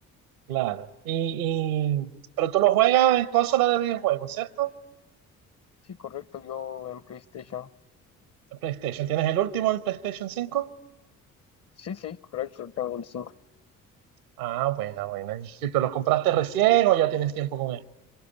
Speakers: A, on the right; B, on the left.
A: Claro. Y, y- pero tú lo juegas en consola de videojuegos, ¿cierto?
B: Sí, correcto, yo en PlayStation.
A: El PlayStation. ¿Tienes el último, el PlayStation cinco
B: Sí, sí, correcto, tengo el cinco
A: Ah, buena, buena. ¿Y tú lo compraste recién o ya tienes tiempo con él?